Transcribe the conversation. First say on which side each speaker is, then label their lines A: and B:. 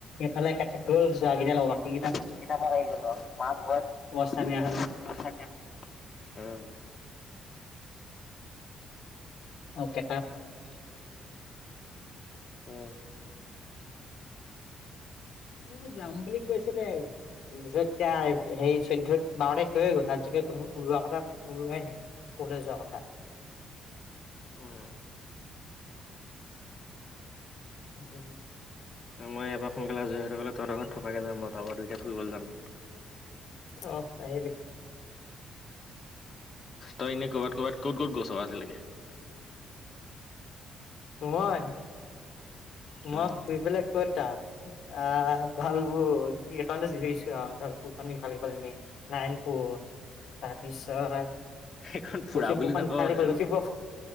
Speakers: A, on the left; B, on the left.
A: এফালে কাতিকৈ যোৱা কিটা লগত কি
B: এতিয়া আমাৰ আহি গ'লো আৰু মা বত
A: অৱস্থা বেয়া হ'ল
B: <unintelligible> উম।
A: অকে।
B: অকে, উম।
A: এ যাম বুলি কৈছিলেই। তাৰ পিছত এতিয়া সেই চৈধ্য বাৰ তাৰিখ হৈয়ে গ'ল আজিলৈকে কোনো ওলোৱা কথা কোৱাই নাই। ক'লে যোৱা কথা?
B: উম'
A: উম।
B: মই এইবাৰ সোনকালে আজৰি হৈ গ'লে তহঁতৰ ঘৰত থকাকে যাম বাৰু। তাপা দুইটা ফুৰিবলৈ যাম।
A: অ'হ আহিবি।
B: তই এনেই ক'ৰবাত'-ক'ৰবাত, ক'ত-ক'ত গৈছ আজিলৈকে?
A: মই, মই
B: উম,
A: শুই পেলাই কতা। আহ, ভালপু কিখন ঘৰিছো আহ ধালপুৰ ইফালে ভাল পাল মে <unintelligible> নাৰায়ণপুৰ তাৰপিছত
B: সেইখন ফুৰা
A: লখিমপুৰখন
B: বুলি নকওঁ
A: ইফালে
B: সেইখন
A: গ'ল লক্ষীপুৰ